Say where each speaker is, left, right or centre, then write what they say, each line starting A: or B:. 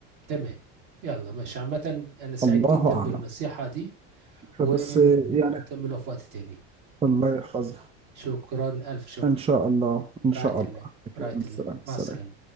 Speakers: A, on the right (about 70°); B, on the right (about 20°).
A: تمام يلا ماشي عامة أنا سعيد
B: الله
A: جدا
B: اعلم
A: بالنصيحة دي
B: فبس
A: ون-
B: يعني
A: ونكملها في وقت تاني
B: والله حظ
A: شكرا ألف شكر
B: ان شاء الله ان شاء
A: رعاية الله
B: الله اوكي
A: رعاية
B: السلام
A: الله
B: السلام
A: مع السلامة